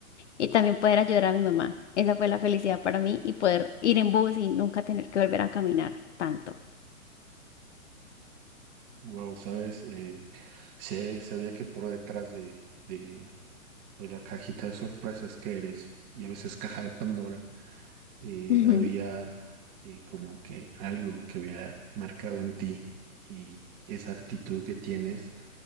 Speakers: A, on the left; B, on the right.
A: y también poder ayudar a mi mamá. Esa fue la felicidad para mí y poder ir en bus y nunca tener que volver a caminar tanto.
B: Wow, ¿sabes? Eh, sé- sabía que por detrás de, de, de la cajita de sorpresas que eres y a veces caja de Pandora, eh,
A: <laughs> Ujú.
B: había eh, como que algo que había marcado en ti y esa actitud que tienes,